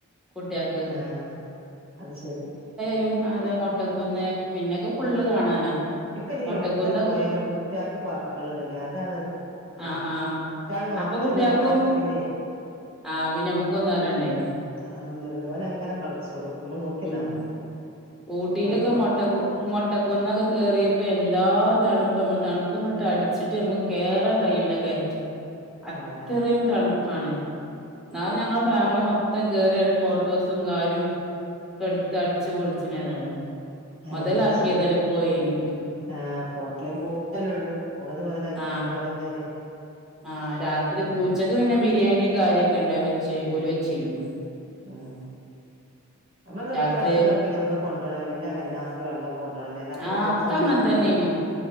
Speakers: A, in the centre; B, on the right.
A: കുട്ട്യാക്ക്
B: ആഹ് അത് ശരി
A: ലും അതെ മൊട്ടക്കുന്നേ പിന്നെക്കെ ഫുള്ള് കാണാനാ.
B: ഇപ്പൊ ഇനി
A: മൊട്ടക്കുന്നൊക്കെ
B: എവിടെ പോയാലും കുട്ടിയാക്ക് പാർക്കുകളുണ്ട്ലേ അതാണ് ത്.
A: ആഹ് ആഹ്
B: ഇറ്റാള്ളേ നോക്കണ
A: അപ്പൊ കുട്ട്യാക്കും
B: അയ്ന്റെ ഉള്ള്ക്കാണ്ടാക്കിയാ പിന്നെ
A: ആഹ് പിന്നെ നമ്മുക്കൊന്നും അറിയണ്ടേ
B: അ ആ ഒന്നും അറീല ഓലങ്ങനെ കച്ചോളും നമ്മൾ നോക്കി നിന്നാ
A: ഉം
B: മതി.
A: ഊട്ടിയിലൊക്കെ
B: ഓൽക്ക്
A: മുട്ടക്ക് മുട്ടക്കുന്നൊക്കെ കേറി! ഇപ്പൊ എന്താ തണുപ്പ്‌ <unintelligible> തണുപ്പ്‌ങ്ങട്ട് അട്ച്ചിട്ട് നമ്മക്ക് കേറാൻ കഴിയൂല കയറ്റം. അത്രയും
B: ആഹ്
A: തണുപ്പാണ് ന്നാലും ഞങ്ങളെ ഫാമിലി മൊത്തം കയറിയടെ ഫോട്ടോസും കാര്യവും ഒക്കെ എടുത്ത് അടിച്ച് പൊളിച്ച നെ ഏതാലും. മൊതലാക്കിയതല്ലേ
B: ആഹ് അത് ശരി
A: പോയേന്
B: ആഹ്! ഹോട്ടലും പോവാലല്ലെള്ളൂ പോണത് മുതലാക്കിയാണ്
A: ആഹ്
B: പോരാഞ്ഞാലേ!
A: ആഹ്! രാത്രിക്ക്
B: ഉം
A: ഉച്ചക്ക് പിന്നെ ബിരിയാണി കാര്യൊക്കെ ഉണ്ടാരുന്നു. വെച്ച് ഓല് വെച്ചിരുന്നു.
B: ഉം! അമ്മടെ വിട്ട്
A: രാത്രി
B: വെള്ളം എടക്ക നഞമ്മള് കൊണ്ടപോണം. വല്ല്യ കന്നാസ് വെള്ളം. കൊണ്ടോണല്ലേ ന്നാ പിന്നെ
A: ആഹ്
B: കുട്ച്ചാം
A: ഒക്കെ
B: വെള്ളം
A: അങ്ങനെ
B: നല്ല
A: തന്നെനു
B: വെള്ള.